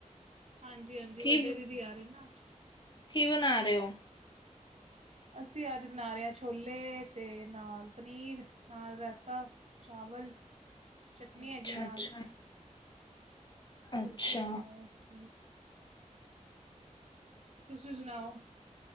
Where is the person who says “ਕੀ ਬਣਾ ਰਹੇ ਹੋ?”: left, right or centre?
Left